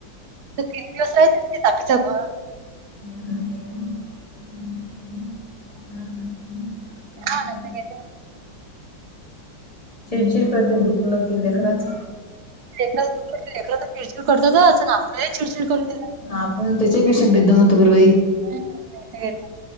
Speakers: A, on the right; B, on the left.
A: तीन दिवस आहे ते तापीचं घर.
B: ह हा
A: हा नाही तर काय तर.
B: चिडचिड करतील दुखून लावतील तेखराच.
A: क लेक तर चिडचिड करतात असं ना आपल्यालाही चिडचिड करून देतात.
B: आपण त्याच्यापेक्षा बेदम होतो परवाई.
A: हा <unintelligible>